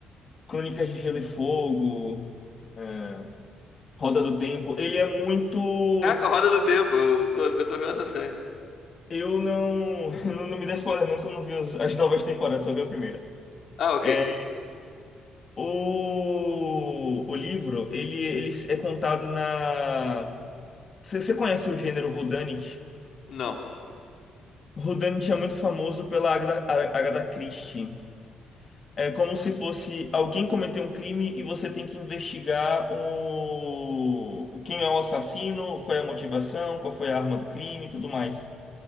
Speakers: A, on the left; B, on the left.
A: Crônicas de Gelo e Fogo, é, Roda do Tempo. Ele é muito.
B: Caraca, Roda do Tempo, eu tô, eu tô vendo essa série.
A: Eu não. <laughs> Não, não me dê spoiler, não, que eu não vi as as novas temporadas, só vi a primeira.
B: Ah, ok.
A: É, o, o livro, ele, ele é contado na Você você conhece o gênero Whodunit?
B: Não.
A: O Whodunit é muito famoso pela Agra- A- Agatha Christie. É como se fosse alguém cometeu um crime e você tem que investigar o... o quem é o assassino, qual é a motivação, qual foi a arma do crime e tudo mais.